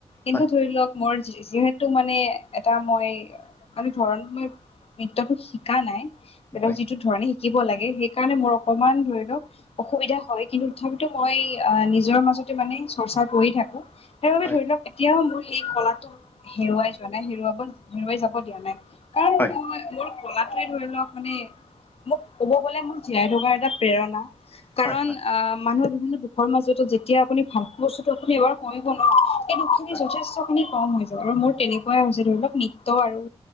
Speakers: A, on the left; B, on the left.
A: কিন্তু
B: হয়
A: ধৰি লওক মোৰ যিহেতু মানে এটা মই মানে ধৰণ মই নৃত্যতো শিকা নাই
B: হয়
A: যিটো ধৰণে শিকিব লাগে সেইকাৰণে মই অকণমান ধৰি লক অসুবিধা হয় কিন্তু তথাপিও মই নিজৰ মই যদি মানে চৰ্চা কৰি থাকো সেইবাবে
B: হয়
A: ধৰি লওক এতিয়াও মোৰ সেই কলাটোক হেৰুৱাই যোৱা নাই হেৰুৱাব হেৰুৱাই যাব দিয়া নাই কাৰণ
B: হয়
A: মোৰ মোৰ কলটোৱে ধৰি লওক মানে মোক ক'ব গলে মোৰ জীয়াই থকাৰ এটা প্ৰেৰণা কাৰণ
B: হয় হয়
A: আহ মানুহ বিভিন্ন দুখৰ মাজতো যেতিয়া আপুনি ভাল বস্তুত আপুনিবাৰ কমিব নোৱাৰো সেই দুখিনি
B: হয়
A: যথেষ্ট খিনি কম হৈ যাব আৰু মোৰ তেনেকুৱাই হৈছে ধৰি লওক নৃত্যয় আৰু